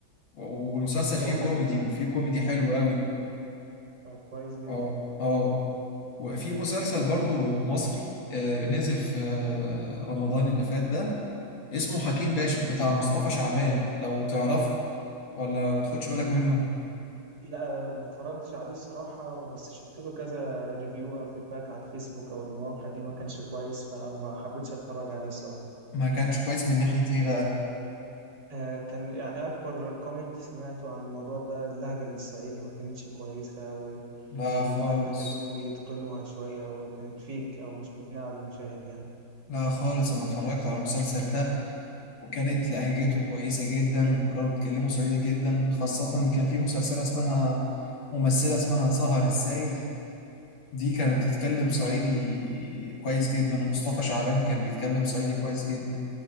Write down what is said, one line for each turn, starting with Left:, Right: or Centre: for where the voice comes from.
Left: والمسلسل فيه
Right: هو
Left: كوميدي
Right: كان
Left: وفيه كوميدي حلو قوي
Right: آه، كويس جدا
Left: اه اه وفي مسلسل برضو مصري آه، نزل في آه، رمضان اللي فات ده اسمه حكيم باشا بتاع مصطفى شعبان لو تعرفه ولا ما تاخدش بالك منه
Right: لا ما اتفرجتش عليه الصراحة وبس شفت له كذا ريفيو أو فيدباك على الفيسبوك أو المواقع دي ما كانش كويس فما حبيتش أتفرج عليه الصراحة
Left: ما كانش كويس من ناحية ايه بقى
Right: آه، كان يعني أكبر كومنت سمعته عن الموضوع ده اللهجة الصعيدي ما كانتش كويسة واللي
Left: لا خالص
Right: كانوا محتاجين يتقنوها شوية وكانت فيك أو مش مقنعة للمشاهد يعني
Left: لا خالص انا اتفرجت على المسلسل ده وكانت لهجته كويسة جدا وكانوا بيتكلموا صعيدي جدا خاصة إن كان في مسلسلة اسمها ممثلة اسمها سهر السايغ دي كانت بتتكلم صعيدي كويس جدا ومصطفى شعبان كان بيتكلم صعيدي كويس جدا